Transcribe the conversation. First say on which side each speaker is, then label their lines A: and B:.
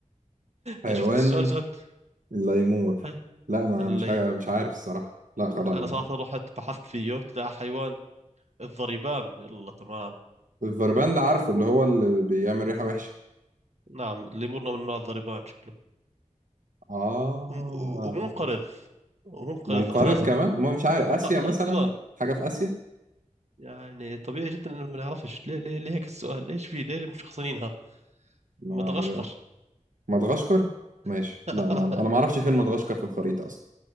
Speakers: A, on the right; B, on the right.
A: حيوان
B: أنا شفت السؤال سألت
A: الليمور
B: ها،
A: لا ما
B: اللي
A: مش ع- مش عارف الصراحة لا خلاص
B: أنا
A: ما
B: صراحة رحت بحثت فيه طلع حيوان الضريبان يلا تمام
A: الفربان ده عارفه اللي هو اللي بيعمل ريحة وحشة
B: نعم الليمور من نوع الضريبان شكله
A: آه
B: وم- ومنقرض ومنقرض
A: منقرض
B: أساسا
A: كمان ما هو مش عارف آسيا
B: <laughs>
A: مثلا
B: أصلا
A: حاجة في آسيا
B: يعني طبيعي جدا إنه ما نعرفش ليه ليه ليه هيك السؤال ليش في ليه مشخصنينها
A: ما
B: مدغشقر
A: أعمل إيه؟ مدغشقر ماشي
B: <laughs>
A: لا ما أنا أنا ما أعرفش فين مدغشقر في الخريطة أصلا